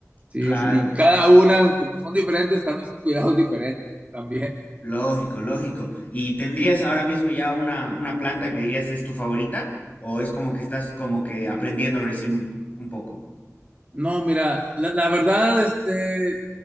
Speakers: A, on the right (about 25°); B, on the left (about 30°).
A: Sí,
B: Claro,
A: sí, y cada una, como son diferentes, también son cuidados <laughs> diferentes también.
B: lógico, lógico. ¿Y tendrías ahora mismo ya una, una planta que dirías es tu favorita? ¿O es como que estás como que aprendiendo recién un un poco?
A: No, mira, la, la verdad, este,